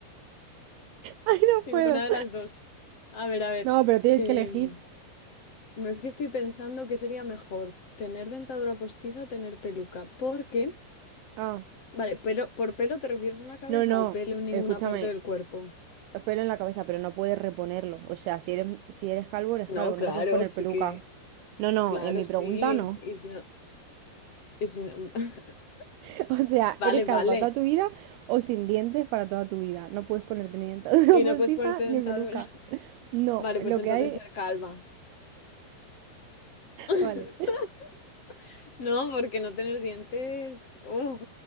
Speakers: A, on the right; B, on the left.
A: Ay, no
B: Ninguna
A: puedo.
B: de las dos. A ver, a ver.
A: No, pero tienes
B: em,
A: que elegir.
B: no es que estoy pensando que sería mejor tener dentadura postiza o tener peluca. Porque,
A: Ah,
B: vale, pelo, ¿por pelo te refieres a la cabeza
A: no, no,
B: o pelo en ninguna
A: escúchame,
B: parte del cuerpo?
A: pelo en la cabeza, pero no puedes reponerlo. O sea, si eres, si eres calvo, eres
B: No,
A: calvo,
B: claro,
A: no te puedes poner
B: sí
A: peluca.
B: que,
A: No, no,
B: claro,
A: en mi
B: sí.
A: pregunta no.
B: Y si no, y si no, <laughs>
A: <laughs> O sea,
B: vale,
A: eres calva
B: vale.
A: para toda tu vida o sin dientes para toda tu vida. No puedes ponerte ni dentadura
B: Y
A: postiza
B: no puedes ponerte dentadura.
A: ni peluca.
B: <laughs>
A: No,
B: Vale,
A: lo
B: pues entonces
A: que hay.
B: ser calva. <laughs>
A: Vale.
B: No, porque no tener dientes, oh,